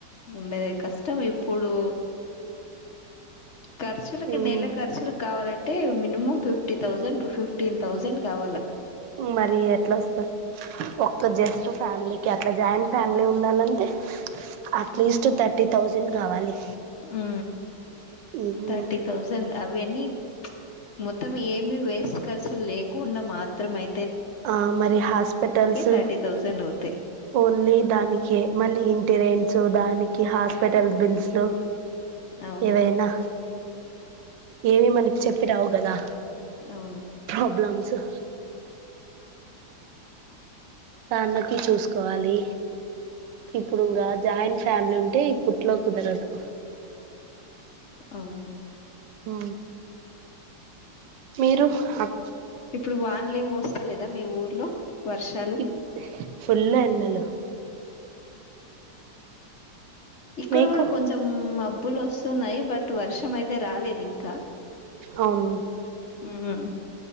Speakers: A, on the left; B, on the right.
A: ఉండేదె కష్టం ఇప్పుడు కర్చులకి
B: ఉమ్
A: నెల కర్చులు కావాలంటే minimum fifty thousand fifteen thousand కావాలా
B: మరి ఈ ఎట్ల వస్తరు ఒక్క జస్ట్ ఫ్యామిలీకి అట్లా జాయింట్ ఫ్యా ఉండి ఉండాలంటే అట్లీస్ట్ థర్టీ థౌసండ్ కావాలి
A: ఊ
B: ఉహు
A: థర్టీ థౌజండ్ అవి ఎన్ని ప్చ్ మొత్తం ఏమి వేస్ట్ ఖర్చులు లేకుండా మాత్రం అయి
B: ఆ మరి హాస్పిటల్స్
A: థర్టీ థౌజండ్ అవుతాయి
B: ఓన్లీ దానికే మళ్ళీ ఇ టిరెంట్సు దానికి హాస్పిటల్ బిల్స్ లు
A: అవును
B: ఇవేనా ఏమి మనకి చెప్పి రావు కదా
A: అవును
B: ప్రబ్లమ్సు తన్నకి చూసుకోవాలి ఇప్పుడు ఇంకా జాయింట్ ఫ్యామిలీ ఉంటే ఇప్పుట్లో కుదరదు
A: అవును
B: ఊ మీరు అక్
A: ఇప్పుడు వాన్లేం వస్తలేదా మీ ఊర్లో వర్షాలు
B: <unintelligible> ఫుల్ ఎండ హలో
A: ఇక్కడ
B: మీకు
A: కూడా కొంచెం మబ్ ప్పులు ఒస్తున్నయ్ బట్ వర్షం అయి తె రాలేదు ఇంకా
B: అవును
A: ఊ